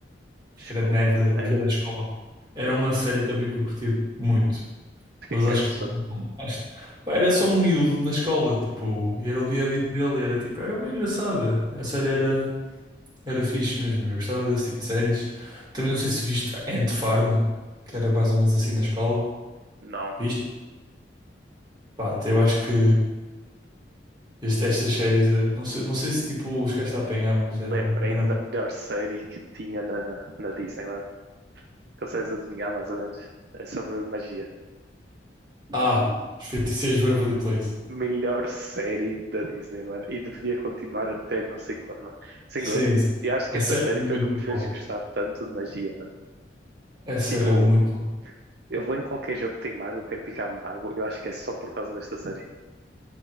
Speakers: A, on the right; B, on the right.
A: acho
B: Escola
A: que era Ned,
B: do Ned.
A: o guia da escola. Era uma série também que eu curtia muito,
B: O que
A: mas
B: é que
A: acho
B: era
A: que,
B: sobre?
A: acho, pá, era só um miúdo na escola, tipo, e era o dia a dia dele, e era tipo, era bem engraçada. A série era, era fixe mesmo, eu gostava desse tipo de séries. Também não sei se viste Ant Farm, que era mais ou menos assim na escola.
B: Não.
A: Viste? Pá, eu acho que. Este- estas séries, eh, não sei, não sei se tipo os gajos a apanhar, mas eram,
B: Lembrei-me
A: eram.
B: da melhor série que tinha na, na Disney, mano. Consegues adivinhar mais ou menos? É sobre magia.
A: Ah, os 56 de Waverly Place.
B: Melhor série da Disney, mano. E devia continuar até não sei quando, mano. Sem
A: Sim,
B: gozo.
A: sim. sim.
B: E acho
A: Essa
B: que essa série
A: era muito
B: foi o que me fez
A: boa.
B: gostar tanto de magia, mano.
A: Essa
B: Tipo,
A: era muito. boa.
B: eu vou em qualquer jogo que tem mago, eu quero picar mago. Eu acho que é só por causa desta série.